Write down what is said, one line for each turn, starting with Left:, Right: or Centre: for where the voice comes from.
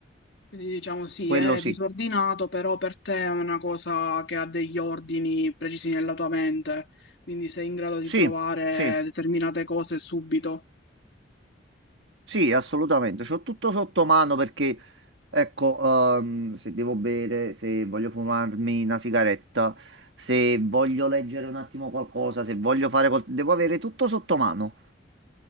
Left: Quindi diciamo sì,
Right: Quello
Left: è
Right: sì.
Left: disordinato, però per te è una cosa che ha degli ordini precisi nella tua mente, quindi sei in grado di
Right: Sì,
Left: trovare
Right: sì.
Left: determinate cose subito.
Right: Sì, assolutamente, c'ho tutto sotto mano perché, ecco, ehm, se devo bere, se voglio fumarmi una sigaretta, se voglio leggere un attimo qualcosa, se voglio fare qual- devo avere tutto sotto mano.